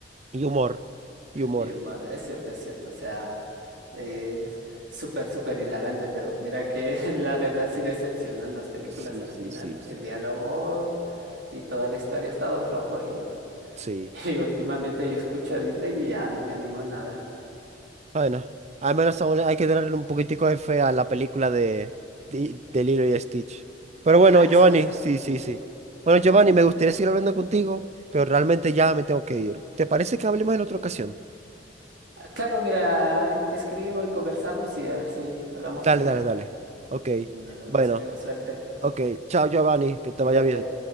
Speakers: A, on the right (about 40°); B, on the right (about 80°).
A: y humor. Y humor.
B: Y Omar, es cierto, es cierto, o sea, eh, súper, súper hilarante, pero mira que <laughs> la verdad sí decepcionan las películas
A: Sí,
B: a la
A: sí,
B: final.
A: sí, sí.
B: El diálogo y toda la historia ha estado flojo y,
A: Sí.
B: <laughs> y últimamente yo escucho a Disney y ya no me animo a nada.
A: Bueno, al menos aún hay que tenerle un poquitico de fe a la película de, de, de Lilo y Stitch. Pero bueno,
B: Ah, es
A: Giovanni,
B: así,
A: sí, sí,
B: sí, sí,
A: sí. Bueno,
B: ya,
A: Giovanni,
B: mira,
A: me
B: es
A: gustaría
B: cierto.
A: seguir hablando contigo, pero realmente ya me tengo que ir. ¿Te parece que hablemos en otra ocasión?
B: Ah, Claro, mira, ahí te escribo y conversamos y a ver si hablamos
A: Dale,
B: un día.
A: dale, dale. Ok.
B: Nos vemos,
A: Bueno,
B: amigo, suerte,
A: ok. Chao, Giovanni, que te
B: cuídate.
A: vaya bien.